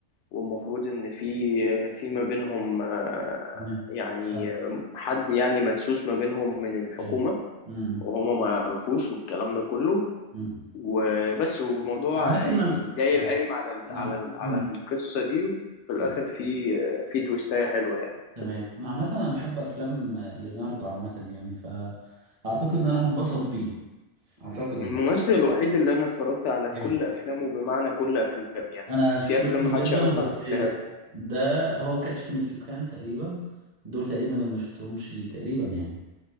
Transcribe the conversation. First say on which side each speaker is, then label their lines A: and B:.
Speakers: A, on the left; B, on the right.
A: والمفروض إن في آه، في ما بينهم آه،
B: تمام.
A: يعني
B: حلو.
A: آه، حد يعني مدسوس ما بينهم من الحكومة
B: اوكي مم.
A: وهما ما يعرفوش والكلام ده كله
B: مم.
A: وبس والموضوع
B: انا عامة
A: يعني
B: انا
A: داير
B: آه،
A: قايم على ال
B: نعم
A: على ال على
B: مم.
A: القصة دي وفي الآخر
B: اوكي
A: في في تويستاية حلوة يعني
B: تمام
A: في الآخر
B: انا عامة انا بحب افلام آه، ليوناردو عامة يعني فاعتقد ان انا هنبسط بيه اعتقد يعني
A: الممثل الوحيد اللي أنا اتفرجت على
B: جامد
A: كل أفلامه بمعنى كل أفلام يعني
B: انا شفت
A: في أفلام
B: له كتير
A: محدش
B: جدا
A: يعرفها
B: بس
A: أنا شفتها له
B: ده هو كاتش مي اف يو كان تقريبا دول تقريبا اللي ما شفتهمش ليه تقريبا يعني